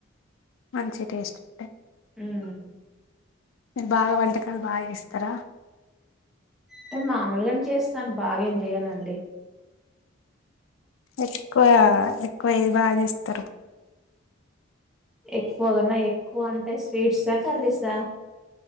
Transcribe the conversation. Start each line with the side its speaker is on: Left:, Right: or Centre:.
Left: మంచి టేస్ట్ ఉంటయి
Centre: హమ్
Left: మీరు బాగా వంటకాలు బా చేస్తరా
Centre: టె మామూగనే చేస్తాన్ బాగెం జెయ్యనండి
Left: ఎక్కువ క్కు బా చేస్తరు
Centre: ఎక్కువ కన్నా ఎక్కువ అంటే స్వీట్సా కర్రీసా